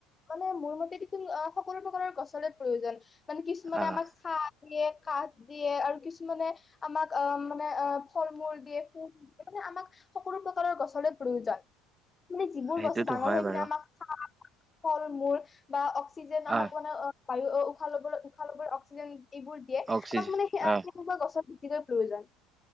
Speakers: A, on the left; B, on the right.
A: মানে মোৰ মতে দেখোন অ', সকলো প্ৰকাৰৰ গছৰে প্ৰয়োজন মানে কিছুমানে
B: আহ
A: আমাক ছা দিয়ে, কাঠ দিয়ে আৰু কিছুমানে আমাক অ'- মানে অ'- ফল-মূল দিয়ে সো- মানে আমাক সকলো প্ৰকাৰৰ গছৰে প্ৰয়োজন। মানে যিবোৰ
B: সেইটোতো
A: গছ ডাঙৰ
B: হয়
A: হৈ
B: বাৰু
A: পিনে আমাক, <inaudible> ফল-মূল বা অক্সিজেন আমাক
B: আহ
A: অ' বায়ু- অ'- উশাহ ল'বলৈ- উশাহ ল'বলৈ- অক্সিজেন- এইবোৰ দিয়ে,
B: অক্সিজেন
A: আমাক মানে সে সেনেকুৱা
B: আহ
A: গছৰ অতিকৈ প্ৰয়োজন।